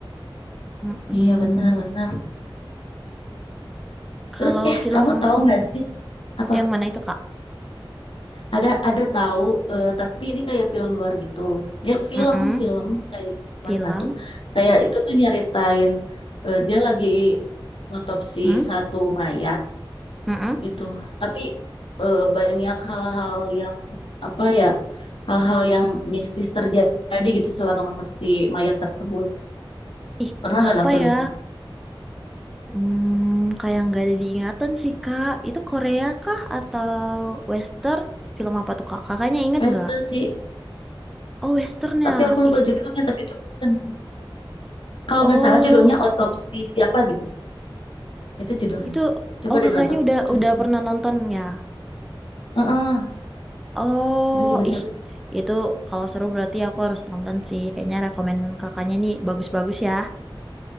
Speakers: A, in the centre; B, on the left.
A: Mm-mm.
B: Iya benar benar.
A: Kalau
B: Terus eh
A: film
B: kamu tahu nggak sih apa
A: yang mana itu, Kak?
B: ada ada tahu eh, tapi ini kayak film luar gitu. Dia film
A: Mm-mm.
B: film kayak cuma
A: Film.
B: satu. Kayak itu tuh nyeritain eh, dia lagi otopsi
A: Mm?
B: satu mayat
A: Mm-mm.
B: gitu. Tapi eh, banyak hal-hal yang apa ya hal-hal yang mistis terjadi gitu selama otopsi mayat tersebut.
A: Ih,
B: Pernah nggak
A: apa
B: nonton
A: ya?
B: itu?
A: Hmm, kayak nggak ada diingatan sih, Kak. Itu Korea kah atau Western? Film apa tuh, Kak? Kakaknya inget
B: Western
A: nggak?
B: sih.
A: Oh, Westernnya.
B: Tapi aku lupa
A: Ih,
B: judulnya, tapi itu Western. Kalau
A: oh,
B: nggak salah judulnya Otopsi Siapa gitu. Itu judulnya.
A: itu.
B: Coba
A: Oh,
B: deh
A: kakaknya
B: nonton.
A: udah
B: Itu
A: udah
B: seru.
A: pernah nonton ya?
B: Heeh,
A: Oh,
B: itu juga
A: ih,
B: seru. sih.
A: itu kalau seru berarti aku harus tonton sih. Kayaknya rekomen kakaknya nih bagus-bagus ya.